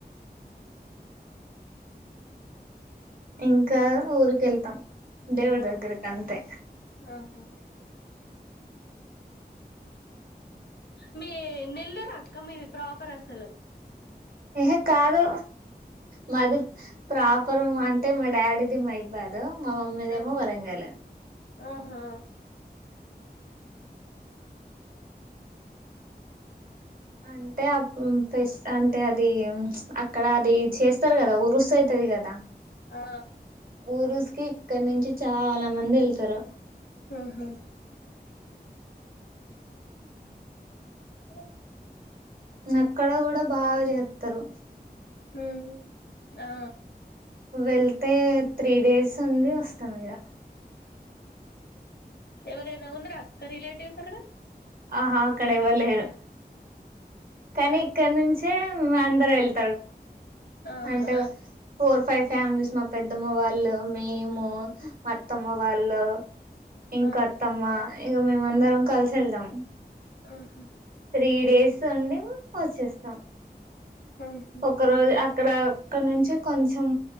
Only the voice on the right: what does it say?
ఇంకా ఊరి కెళ్తాం దేవుడ్
దగ్గర కి అంతే
ఏ హే కాదు మాదు ప్రాపర్ ము అంటే మా డాడీది మైబాదు మా మమ్మీ దేమో
వరంగల్
అంటే ఫస్ అంటే అది అక్కడ అది చేస్తారు కదా ఉరుస్ అయితది కదా
ఊరుసుకి ఇక్కడ నుంచి చాలా మంది వెళ్తారు
నక్కడ కూడా బాగా చేత్తరు
వెళ్తే త్రీ డేస్ ఉండి వస్తాం ఇగ
ఆహా అక్కడ ఎవళ్లేరు కానీ ఇక్కడ నుంచే అందరు వెళ్తారు
అంటే ఫోర్ ఫైవ్ ఫ్యామిలీస్ మా పెద్దమ్మ వాళ్ళు మేము మత్తమ్మ వా వాల్లు ఇంకా
అత్తమ్మ ఇగ మేము మ అందరం కలిసి వెళ్దాం
త్రీ డేస్ అండి వచ్చేస్తాం
ఒక రోజు అక్కడ అక్కడ నుంచి కొంచెం